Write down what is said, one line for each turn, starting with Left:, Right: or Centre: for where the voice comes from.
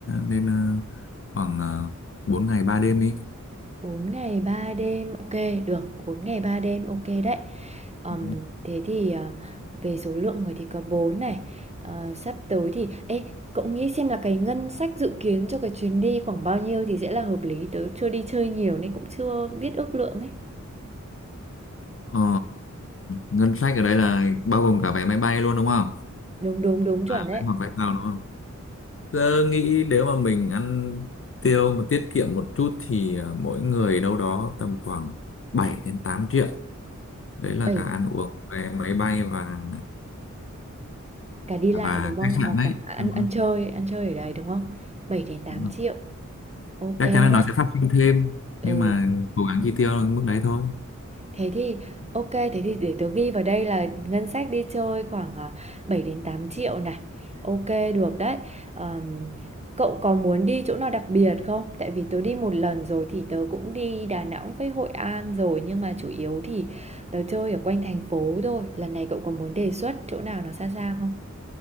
Left: nên ờ, khoảng uh, 4 ngày 3 đêm đi.
Right: 4 ngày 3 đêm ok được bốn ngày 3 đêm ok đấy Ờm,
Left: Ừ.
Right: thế thì ờ, về số lượng người thì có 4 này Ờ, sắp tới thì ê cậu nghĩ xem là cái ngân sách dự kiến cho cái chuyến đi khoảng bao nhiêu thì sẽ là hợp lý tớ chưa đi chơi nhiều nên cũng chưa biết ước lượng ấy
Left: Ờ, ngân sách ở đây là bao gồm cả vé máy bay luôn đúng không?
Right: đúng đúng đúng
Left: À,
Right: chuẩn đấy
Left: vé hoặc vé tàu đúng không? Tớ nghĩ nếu mà mình ăn tiêu mà tiết kiệm một chút thì à, mỗi người đâu đó tầm khoảng 7 đến 8 triệu. Đấy là
Right: bảy
Left: cả ăn uống, vé máy bay và
Right: cả đi lại
Left: và
Right: đúng không
Left: khách sạn
Right: à,
Left: đấy,
Right: cả ăn
Left: đúng không?
Right: ăn chơi ăn chơi ở đây đúng không bảy đến tám
Left: Đúng rồi.
Right: triệu OK
Left: Chắc
Right: đấy.
Left: chắn là nó sẽ phát sinh thêm
Right: Ừ,
Left: nhưng mà cố gắng chi tiêu ở mức đấy thôi.
Right: thế thì OK, thế thì để tớ ghi vào đây là ngân sách đi chơi khoảng à, 7 đến 8 triệu này. OK, được đấy. Ờm, cậu có muốn đi chỗ nào đặc biệt không? Tại vì tớ đi một lần rồi thì tớ cũng đi Đà Nẵng với Hội An rồi nhưng mà chủ yếu thì tớ chơi ở quanh thành phố thôi. Lần này cậu có muốn đề xuất chỗ nào nó xa xa không?